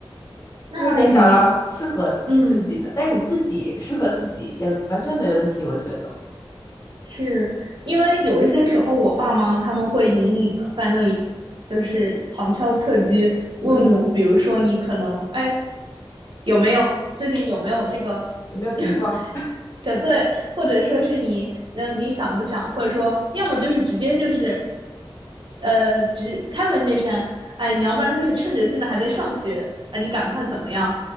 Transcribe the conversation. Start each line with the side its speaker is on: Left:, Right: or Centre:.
Right: 那你，
Left: 就是得找到适合自己的。
Right: 嗯，
Left: 但是你自己适合自己也完全没问题，我觉得。
Right: 是因为有一些时候，我爸妈他们会隐隐的在那里，就是旁敲侧击问我，
Left: 嗯，
Right: 比如说你可能，哎，有没有最近有没有这个？
Left: 哎，有没有情况？
Right: <laughs>
Left: <laughs>
Right: 对对，或者说是你，那你想不想，或者说，要么就是直接就是，呃，直开门见山，哎，你要不然就是趁着现在还在上学，哎，你赶快怎么样，